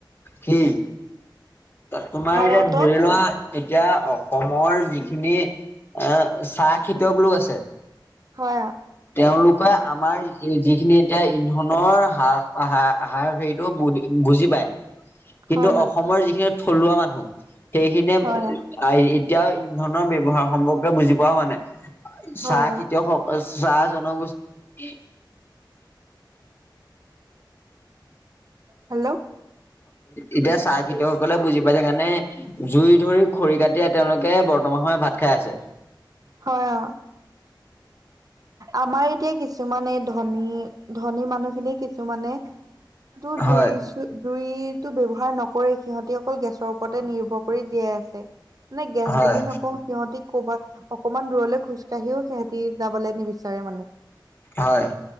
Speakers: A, on the left (about 25°); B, on the right (about 50°).
A: হম। তোমাৰ
B: ভাৰতত
A: এতিয়া ধৰি লোৱা। এতিয়া অসমৰ যিখিনি আহ চাহ খেতিয়ক লোক আছে।
B: হয়।
A: তেওঁলোকে আমাৰ যিখিনি এতিয়া ইন্ধনৰ হাৰাৰ হেৰিটো বু বুজি পায় কিন্তু
B: হয় হয়
A: অসমৰ যিখিনি থলুৱা মানুহ সেইখিনিয়ে এতিয়াও
B: হয়
A: ইন্ধনৰ ব্যয়শৱহাৰ সম্পৰ্কে বুজি পোৱা হোৱা নাই।
B: হয়
A: চাহ খেতিয়কসকল
B: অ
A: চাহ জনগোষ্ঠী।
B: হেল্ল'।
A: এতিয়া চাহ খেতিয়কসকলে বুজি পাইছে কাৰণে জুই ধৰি খৰি কাটি তেওঁলোকে বৰ্তমান সময় ভাত খাই আছে।
B: হয় অ আমাৰ এতিয়া কিছুমানে ধনী, ধনী মানুহখিনিয়ে কিছুমানে তোৰ
A: হয়
B: দুই, দুই। টো ব্যৱহাৰ নকৰে সিহঁতি অকল গেছৰ ওপৰতে নিৰ্ভৰ কৰি জীয়াই আছে। মানে গেছ
A: হয়
B: বুলি নকওঁ, সিহঁতি ক'বা অকনমান দূৰলৈ খোজ কাঢ়িও সিহঁতি যাবলৈ নিবিচাৰে মানে।
A: হয়